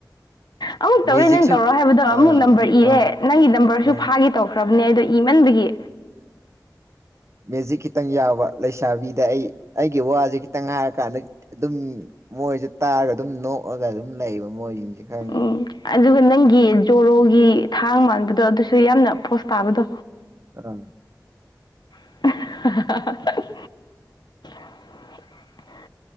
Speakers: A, on the left (about 75°); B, on the right (about 40°).
A: ꯑꯃꯨꯛ ꯇꯧꯔꯦ
B: ꯃꯦꯖꯤꯛꯁꯨ
A: ꯅꯪ ꯇꯧꯔꯣ ꯍꯥꯏꯕꯗꯣ ꯑꯃꯨꯛ
B: ꯑꯥ
A: ꯅꯝꯕꯔ ꯏꯔꯦ
B: ꯑꯥ
A: ꯅꯪꯒꯤ ꯅꯝꯕꯔꯁꯨ
B: ꯑꯥ
A: ꯐꯥꯈꯤ ꯇꯧꯈ꯭ꯔꯕꯅꯦ ꯑꯗꯣ ꯏꯃꯟꯕꯒꯤ
B: ꯃꯦꯖꯤꯛ ꯈꯤꯇꯪ ꯌꯥꯎꯕ ꯂꯩꯁꯥꯕꯤꯗ ꯑꯩ ꯑꯩꯒꯤ ꯋꯥꯁꯦ ꯈꯤꯇꯪ ꯍꯥꯏꯔꯀꯥꯟꯗ ꯑꯗꯨꯝ ꯃꯣꯏꯁꯦ ꯇꯥꯔꯒ ꯑꯗꯨꯝ ꯅꯣꯛꯑꯒ ꯑꯗꯨꯝ ꯂꯩꯌꯦꯕ ꯃꯣꯏꯁꯤꯡꯁꯦ ꯈꯪꯉꯤ
A: ꯎ ꯑꯗꯨꯒ ꯅꯪꯒꯤ ꯖꯣꯔꯣꯒꯤ ꯊꯥꯡ ꯃꯥꯟꯕꯗꯣ ꯑꯗꯨꯁꯨ ꯌꯥꯝꯅ ꯄꫭꯁ ꯇꯥꯕꯗꯣ
B: ꯑ
A: <inaudible> <unintelligible>